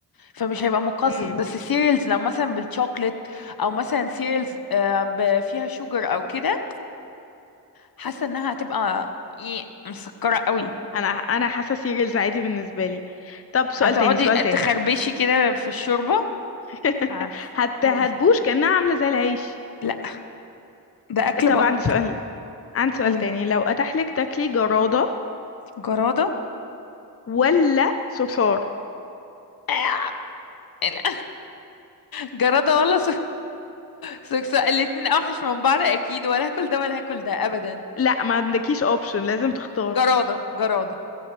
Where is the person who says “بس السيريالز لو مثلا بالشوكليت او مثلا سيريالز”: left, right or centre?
Left